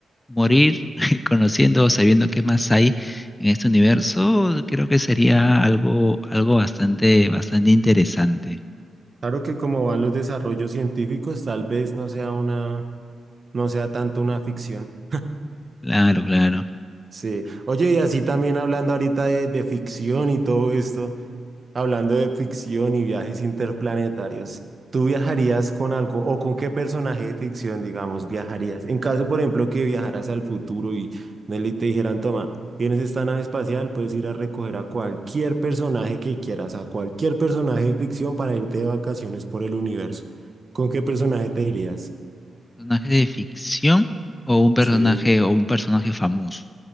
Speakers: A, on the left (about 20°); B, on the right (about 45°).
A: morir <laughs> conociendo o sabiendo qué más hay en este universo, creo que sería algo, algo bastante, bastante interesante.
B: claro que como van los desarrollos científicos, tal vez no sea una, no sea tanto una ficción.
A: Claro, claro.
B: Sí. Oye, y así también hablando ahorita de, de ficción y todo esto, hablando de ficción y viajes interplanetarios, ¿tú viajarías con algo o con qué personaje de ficción, digamos, viajarías? En caso, por ejemplo, que viajaras al futuro y Nelly te dijeran, toma, tienes esta nave espacial, puedes ir a recoger a cualquier personaje que quieras, a cualquier personaje de ficción para irte de vacaciones por el universo. ¿Con qué personaje te irías?
A: ¿Personaje de ficción o un personaje
B: Sí.
A: o un personaje famoso?